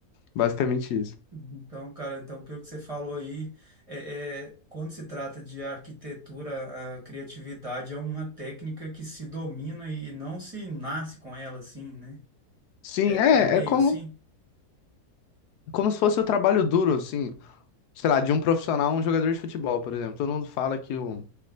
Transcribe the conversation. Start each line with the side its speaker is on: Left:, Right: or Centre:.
Left: basicamente isso.
Right: Então, cara, então pelo que você falou aí, é, é, quando se trata de arquitetura, a criatividade é uma técnica que se domina e não se nasce com ela, assim, né?
Left: Sim,
Right: É,
Left: é,
Right: é meio
Left: é como,
Right: assim.
Left: como se fosse o trabalho duro, assim, sei lá, de um profissional, um jogador de futebol, por exemplo. Todo mundo fala que o